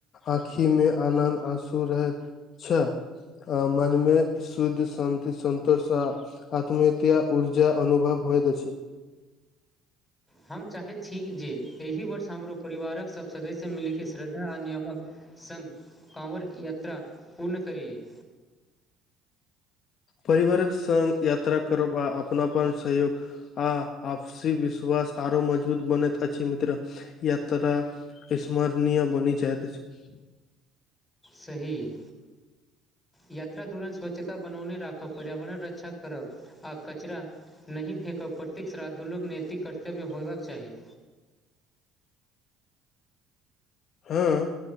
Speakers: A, on the left; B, on the left.
A: आँखि में आनन्द आंसु रहैत छा आहां मनेमे सुध शान्ति संतोष आ आत्मएता ऊर्जा अनुभव होएत अछि
B: हम चाहैत छी जे एहि वर्ष हमरो परिवारक सभ सदस्य मिलके श्रद्धा आ नियमक संग काँवर यात्रा पूर्ण करिए
A: परिवारक सङ्ग यात्रा करब आ अपनापन सहयोग आ आपसी विश्वास आरो मजबूत बनैत अछि मित्र यात्रा सामरणीय बनि जाइत अछि
B: सही यात्रा दौरान स्वच्छता बनौने राखब पर्यावरण रक्षा करब आ कचरा नहि फेकब प्रत्येक श्राद्धलुक नैतिक कर्तव्य होयबाक चाही
A: हँ